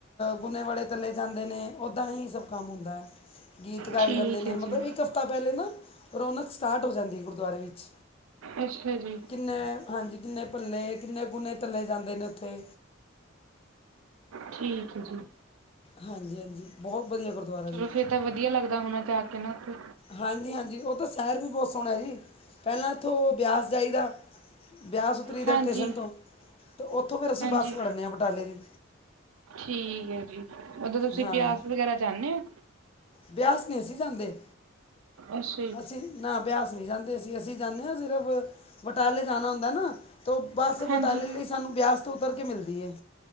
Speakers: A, on the left; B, on the right.
A: ਗੁਨੇ ਵਾਲੇ ਤਲੇ ਜਾਂਦੇ ਨੇ। ਉੱਦਾਂ ਹੀ ਸਭ ਕੰਮ ਹੁੰਦਾ। ਗੀਤ ਗਾਏ
B: ਠੀਕ
A: ਜਾਂਦੇ ਨੇ।
B: ਹੈ
A: ਮਤਲਬ
B: ਜੀ
A: ਇੱਕ ਹਫਤਾ ਪਹਿਲੇ ਨਾ ਰੌਣਕ ਸਟਾਰਟ ਹੋ ਜਾਂਦੀ ਹੈ। ਗੁਰਦੁਆਰੇ ਵਿੱਚ
B: ਅੱਛਾ ਜੀ।
A: ਕਿੰਨੇ ਹਾਂਜੀ ਕਿੰਨੇ ਪੱਲੇ ਕਿੰਨੇ ਕੁੂਨੇ ਤੱਲੇ ਜਾਂਦੇ ਨੇ। ਉੱਥੇ
B: ਠੀਕ ਹੈ। ਜੀ
A: ਹਾਂਜੀ-ਹਾਂਜੀ ਬਹੁਤ ਵਧੀਆ ਗੁਰਦੁਆਰਾ
B: ਚਲੋ
A: ਜੀ।
B: ਫੇਰ ਵਧੀਆ ਲੱਗਦਾ ਹੋਣਾ ਜਾ ਕੇ ਨਾ ਉੱਥੇ
A: ਹਾਂਜੀ-ਹਾਂਜੀ, ਉਹ ਤਾਂ ਸ਼ਹਿਰ ਵੀ ਬਹੁਤ ਸੋਹਣਾ ਹੈ। ਜੀ ਪਹਿਲਾਂ ਇੱਥੋਂ ਬਿਆਸ ਜਾਈਦਾ। ਵਿਆਸ ਉੱਤਰੀ ਦਾ
B: ਹਾਂਜੀ
A: ਸਟੇਸ਼ਨ ਤੋਂ ਅਤੇ ਉੱਥੋਂ ਫਿਰ ਅਸੀਂ
B: ਹਾਂਜੀ
A: ਬੱਸ ਫੜਨੇ ਆ। ਬਟਾਲੇ ਦੀ
B: ਠੀਕ ਹੈ, ਜੀ ਉਦੋਂ ਤੁਸੀਂ
A: ਹਾਂ
B: ਬਿਆਸ ਵਗੈਰਾ ਜਾਣੇ ਹੋ।
A: ਬਿਆਸ ਨਹੀਂ ਅਸੀਂ ਜਾਂਦੇ,
B: ਅੱਛਾ ਜੀ।
A: ਅਸੀਂ ਨਾ, ਬਿਆਸ ਨਹੀਂ ਜਾਂਦੇ। ਅਸੀਂ-ਅਸੀਂ ਜਾਂਦੇ ਹਾਂ। ਸਿਰਫ ਬਟਾਲੇ ਜਾਣਾ ਹੁੰਦਾ ਨਾ। ਤ ਬੱਸ,
B: ਹਾਂਜੀ
A: ਬਟਾਲੇ ਲਈ ਸਾਨੂੰ ਬਿਆਸ ਤੋਂ ਉਤਰ ਕੇ ਮਿਲਦੀ ਹੈ।